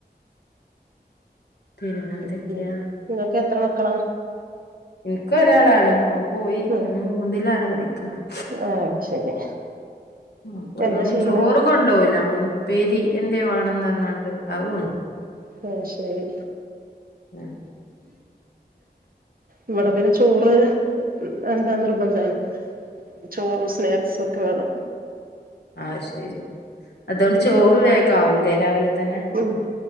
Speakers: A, on the left; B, on the right.
A: പിന്നെ എന്തൊക്കെയാ
B: <unintelligible> നിങ്ങൾക്ക് എത്ര മക് ക്കളാ
A: ഇൻക് ഒരാളാണ് ഓം പോയി
B: ഉം
A: മൂന്ന് ലാണ് പഠിക്ണഹ്
B: ആഹ് ശരി
A: ആ പോയി
B: എന്താ
A: ഓന്
B: ചെയ്യണെ
A: ചോറ് കൊണ്ടോവുലാ ഓന് ഉപ്പേരി എന്തേ വേണന്ന് പറഞ്ഞാണ്ട് അത് കൊണ്ടോവും
B: ആ ശരി
A: ഉം
B: ഇവിടെ പിന്നെ ചോറ് എന്താ നിർബന്ധാണ് ചോറും സ്നാക്സ് ഒക്കെ വേണം
A: ആഹ് ശരി അതുകൊണ്ട് ചോറ് വേഗം ആവൂലെ രാവിലെ തന്നെ
B: ഉം